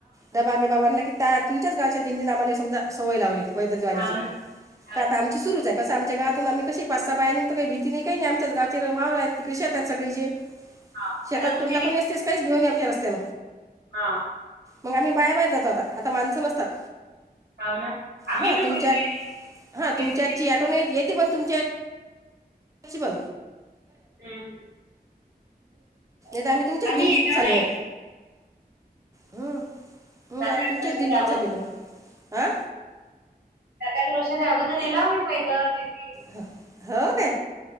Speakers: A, on the right; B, on the right.
A: दबागे बाबांला कि त्या तुमच्याच गावच्या दिंडी नामाने समजा सवय लावली पैदल जवारीची
B: हाव ना हाव
A: तर आता
B: ना
A: आमची सुरुच आहे कस आमच्या गावातून आम् क पाच सहा बाहे निघ काही भ ति काही नाही आमच्याच गावचे वावर आहेत तिकडे शेत आहेत सगळे ज
B: हा
A: शेतात
B: आता तुमच्या
A: कोणी ना कोणी
B: ते
A: असतेच काहीच भेऊनेमच्या रस्त्यां
B: हा
A: मग आम्ही बायाबाहेर जातो आता आता माणसं नसतात
B: हाव ना आम्ही
A: हा
B: बी
A: तुमच्यात
B: पहिले
A: हा
B: दिंडी-
A: तुमच्या आची आठवण येते पण तुमची <unintelligible> नही
B: हम्म हम्म हो ना.
A: त आम्ही तुमच्या दिंडीत
B: येलो
A: चाल्लो
B: नाही
A: हूं! हू
B: सात
A: आम्ही
B: आठ
A: तुमच्या
B: वर्षाच्या
A: दिंडीत
B: अगोदर
A: सामिलहो आ!
B: सात आठ वर्षाच्या अगोदर येला मी पैदल दि
A: हं हो काय?